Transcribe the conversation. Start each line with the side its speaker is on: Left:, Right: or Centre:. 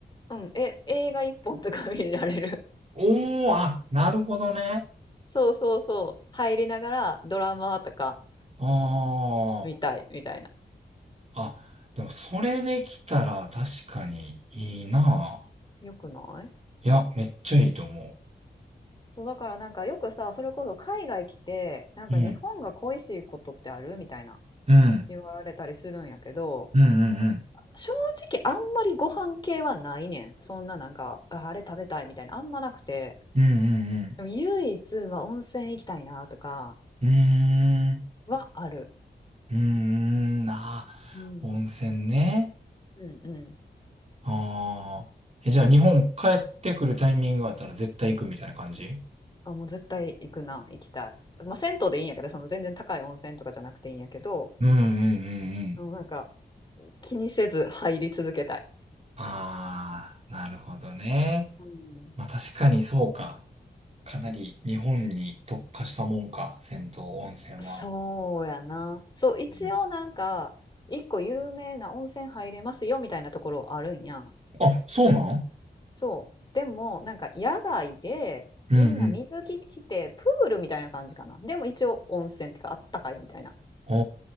Left: うん、え、映画1本とか見られる。<laughs>
Right: おー、あ、なるほどね。
Left: そうそうそう。入りながらドラマとか
Right: あ
Left: 見たいみたいな。
Right: ー、あ、でもそれできたら確かにいいな。
Left: よくない
Right: いや、めっちゃいいと思
Left: そう、だからなんかよくさ、それこそ海外来て、なんか日本が恋しいことってあるみたいな
Right: う。うん。うん。
Left: 言われたりするんやけど、
Right: うんうんうん。
Left: 正直あんまりご飯系はないねん。そんななんか、ああれ食べたいみたいな、あんまなくて。
Right: うんうん
Left: でも唯一は温泉行きたいなとか
Right: うん。うーん。
Left: はある。
Right: うーん。なあ、
Left: うん。
Right: 温泉ね。
Left: うんうん。
Right: ああ。え、じゃあ日本帰ってくるタイミングがあったら絶対行くみたいな感じ
Left: あ、もう絶対行くな、行きたい。まあ、銭湯でいいんやけど、その全然高い温泉とかじゃなくていいんやけど、
Right: うんうんうんうん。
Left: あのなんか気にせず入り続けたい。
Right: ああ、なるほどね。
Left: うん。
Right: まあ確かにそうか。かなり日本に特化したもんか、銭湯温泉は。
Left: そうやな。そう、一応なんか、
Right: うん
Left: 一個有名な温泉入れますよみたいなところあるんやん。
Right: あ、そうなん
Left: そう。でも、なんか野外で、
Right: うんうん。
Left: みんな水着着て、プールみたいな感じかな。でも一応温泉っていうか、あったかいみたいな。
Right: お